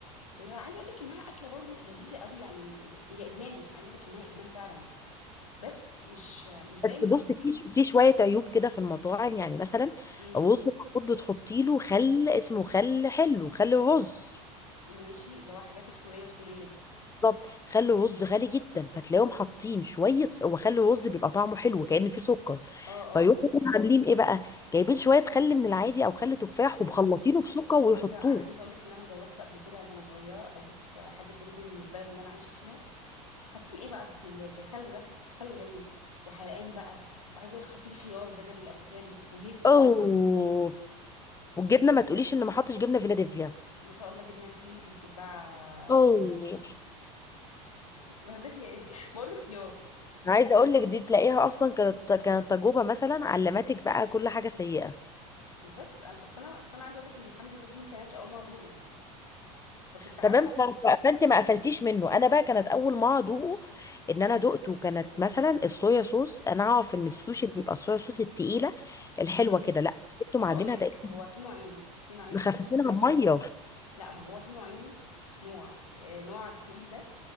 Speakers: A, on the left; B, on the left.
A: هي عايزه اقول لك انها اكله برضه لذيذه قوي يعني هي ادمان عايزه اقول لك انها ادمان فعلا بس مش آه، مش دايما
B: بس
A: ان
B: بصي
A: انت
B: في في شويه عيوب كده في المطاعم يعني مثلا
A: امم
B: رز المفروض بتحطي له خل اسمه خل حلو خل رز
A: ماشي اللي هو حاجات الكوريه والصينيه دي
B: بالظبط خل الرز غالي جدا فتلاقيهم حاطين شويه وخل الرز بيبقى طعمه حلو كأن فيه سكر
A: اه
B: فيروحوا <laughs> عاملين ايه بقى جايبين شويه خل من العادي او خل تفاح ومخلطينه
A: اه
B: بسكر ويحطوه
A: عايزه انا عايزه اقول لك ان انا جاوبت قبل كده وانا صغيره اجيب حاجه دليفري من البلد اللي انا عايشه فيها حاطين ايه بقى بسم الله الخل ده خل باين وحرقان بقى وعايزه اقول لك حاطين خيار بدل الافوكادو وهيصه
B: اوه والجبنه ما تقوليش ان ما حطش جبنه فيلادلفيا
A: ما شاء الله جبنا كيوي اللي بتتباع
B: اوه
A: ونص دي <laughs> ما ده فيها ايه <laughs> بقول لك خيار
B: عايزه اقول لك دي تلاقيها اصلا كانت كانت تجربه مثلا علمتك بقى كل حاجه سيئه
A: بالظبط انا بس انا بس انا عايزه اقول لك ان الحمد لله دي ما كانتش اول ما ادوقه فكنت عارفه
B: تمام ف- فانت ما قفلتيش منه انا بقى كانت اول ما ادوقه ان انا دقته كانت مثلا الصويا صوص انا اعرف ان السوشي بيبقى الصويا صوص التقيله الحلوه
A: امم
B: كده لا انتوا
A: ما
B: معاملينها
A: هقول لك
B: تقريبا
A: هو في نوعين في نوعين
B: مخففينها
A: صوص اسود
B: بميه
A: لا ما هو في نوعين نوع آه، نوع التقيل ده